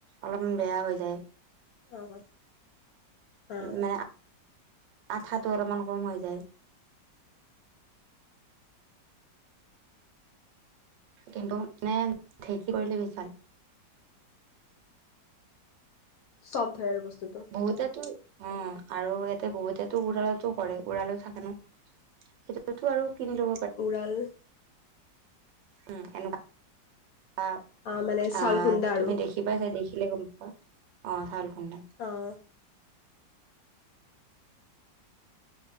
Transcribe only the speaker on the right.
অলপমান বেয়া হৈ যায়।
মানে আঠাটো অলপমান কম হৈ যায়। কিন্তু মানে ঢেঁকী কৰিলে বেছি ভাল।
বহুতেটো অঁ আৰু ইয়াতে বহুতেতো উৰালতো কৰে উৰাল থাকে ন। সেইটোতো আৰু কিন্তু
উ এনেকুৱা
আহ
তুমি
দেখি বাই, সেই চাই দেখিলে গম পাবা অঁ চাউল খোন নাই।